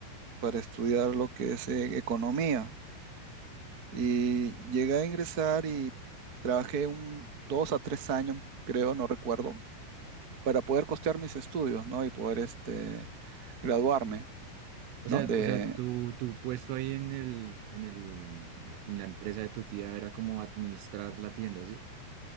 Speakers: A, on the right; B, on the right.
A: para estudiar lo que es eh, economía y llegué a ingresar y trabajé un dos a tres años, creo, no recuerdo para poder costear mis estudios, ¿no? Y poder este, graduarme,
B: O
A: ¿no?
B: sea,
A: De,
B: o sea, tu, tu puesto ahí en el, en el, en la empresa de tu tía era como administrar la tienda, ¿sí?